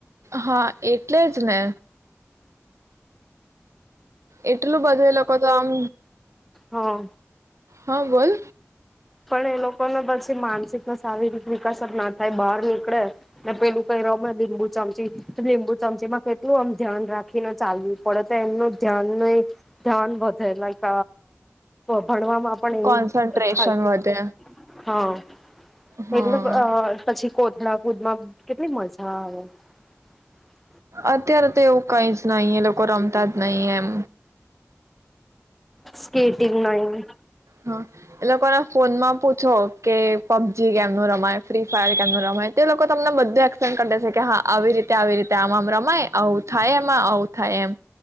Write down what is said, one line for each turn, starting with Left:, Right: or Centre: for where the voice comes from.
Right: હા એટલે જ ને એટલું બધું એ લોકો તો આમ
Centre: હા
Right: હા બોલ
Centre: પણ એ લોકોને પછી માનસિક શારીરિક વિકાસ ના થાય બહાર નીકળે ને પેલું કઈ રમે લીંબુ ચમચી લીંબુ ચમચી માં કેટલું આમ ધ્યાન રાખીને ચાલવું પડે તો એમનું ધ્યાન ન ધ્યાન વધે લાઈક ભણવામાં પણ એવું
Right: કોન્સન્ટ્રેશન
Centre: થાય
Right: વધે
Centre: હા
Right: હા
Centre: એટલે અ પછી કો કલાપુદ માં કેટલી મજા હ <unintelligible>
Right: અત્યારે તો એવું કઈ જ નહીિ એ લોકો રમતા જ નહીિ એમ
Centre: <inaudible> સ્કેેટિંગ નઈ
Right: હ એ લોકોના ફોન માં પૂછો કે પબજી કેમનું રમાય ફ્રી ફાયર કેમનું રમાય તે લોકો તમને બધું એક્સપલેન કરી દે છે કે હા આવી રીતે આવી રીત ત્યા આમ આમ રમાય આવું થાય માં આવું થાય એમ.